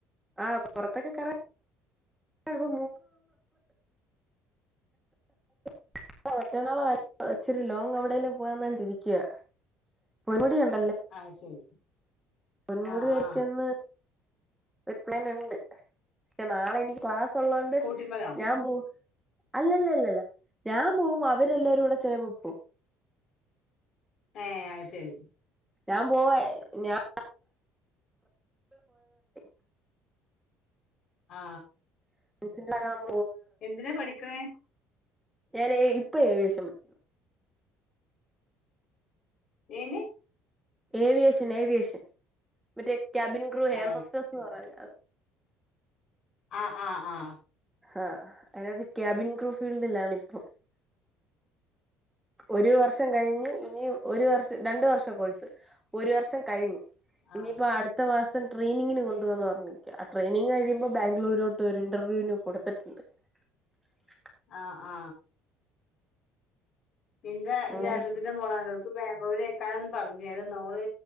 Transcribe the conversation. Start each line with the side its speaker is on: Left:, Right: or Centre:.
Centre: ആഹ പൊർത്തൊക്കെ കറ ഇപ്പ <unintelligible> <inaudible> മറ്റേന്നാള ഇച്ച് രി ലോങ്ങ് എവിടെലും <unintelligible> ഇരിക്ക <unintelligible>
Left: അയ് ശരി
Centre: പെൺ വീട്
Left: ആ
Centre: കാർക്കിന്ന്
Left: ആ
Centre: ഒരു പ്ലാൻ ഇണ്ട് <unintelligible> നാളെ എനി ക്ലാസ്സ് ഉള്ളോണ്ട്
Left: സ്കൂട്ടിമ്മലോ
Centre: ഞാൻ പോവും അല്ലല്ല അല്ലല്ല ഞാൻ പോകുമ്പോ അവരെല്ലാരൂടെ <unintelligible> പോ
Left: ഏ അയ് ശെരി
Centre: ഞാൻ പോയ ഞാൻ <unintelligible>
Left: ആ
Centre: <unintelligible>
Left: എന്തിനാ പഠിക്ക്ണേ?
Centre: ഞാൻ ഇപ്പ ഏവിയേഷൻ പഠിക്കുന്നു.
Left: ഏന്
Centre: ഏവിയേഷൻ ഏവിയേഷൻ മറ്റേ ക്യാബിൻ ക്രൂ ഹെയർഹോസ്റ്റേഴസ്
Left: ആ
Centre: എന്ന് പറയില്ലേ അത്.
Left: ആ ആ ആ
Centre: ആ <unintelligible> ക്യാബിൻ ക്രൂ ഫീൽഡിലാണ് ഇപ്പൊ ഒരു വർഷം കഴിഞ്ഞ് ഇനും ഒരു വർഷം രണ്ട് വർഷാ കോഴ്സ്. ഒരു വർഷം കഴിഞ്ഞ്
Left: ആ
Centre: ഇനിയിപ്പോ അടുത്ത മാസ സം ട്രെനിങ്ങിന് കൊണ്ടോകാ പർഞ്ഞ്ക്ക. ആ ട്രെയിനിങ് കഴിയുമ്പോ ബാംഗ്ലൂരോട്ട് ഒരു ഇന്റർവ്യൂന് കൊടുത്തിട്ടുണ്ട്. <inaudible>
Left: ആ ആ ഇന്റെ
Centre: അങ്ങനെ
Left: ജേഷ്‌ടത്തിന്റെ മോള് <unintelligible> ബാഗ്ലൂരേക്കാരംന്ന് പറഞ്ഞതന്നോള്